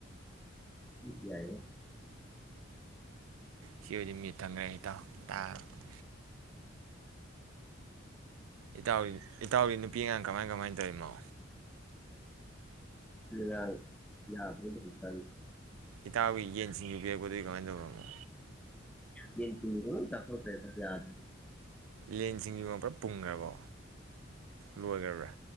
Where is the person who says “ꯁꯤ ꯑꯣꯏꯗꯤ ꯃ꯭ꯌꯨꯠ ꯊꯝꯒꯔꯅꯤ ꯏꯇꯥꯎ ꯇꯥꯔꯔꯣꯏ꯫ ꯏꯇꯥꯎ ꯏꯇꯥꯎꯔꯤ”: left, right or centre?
Right